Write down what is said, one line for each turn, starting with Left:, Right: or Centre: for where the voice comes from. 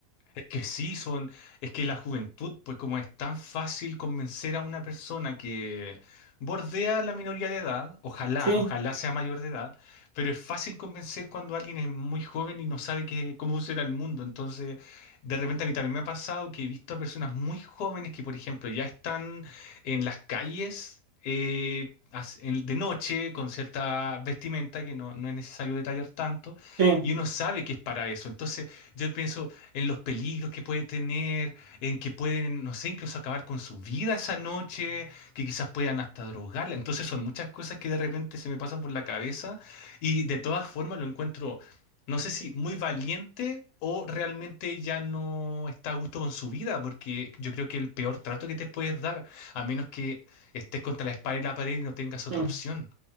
Left: Es que sí, son, es que la juventud, pues como es tan fácil convencer a una persona que bordea la minoría de edad, ojalá,
Right: Sí,
Left: ojalá sea mayor de edad, pero es fácil convencer cuando alguien es muy joven y no sabe qué- cómo funciona el mundo. Entonces, de repente a mí también me ha pasado que he visto a personas muy jóvenes que, por ejemplo, ya están en las calles eh, as- en- de noche con cierta vestimenta que no, no es necesario detallar tanto,
Right: sí,
Left: y uno sabe que es para eso. Entonces, yo pienso en los peligros que puede tener, en que pueden, no sé, incluso acabar con su vida esa noche, que quizás puedan hasta drogarla. Entonces son muchas cosas que de repente se me pasan por la cabeza y de todas formas lo encuentro, no sé si muy valiente o realmente ya no está a gusto con su vida, porque yo creo que el peor trato que te puedes dar, a menos que estés contra la espada y la pared y no tengas otra
Right: sí.
Left: opción.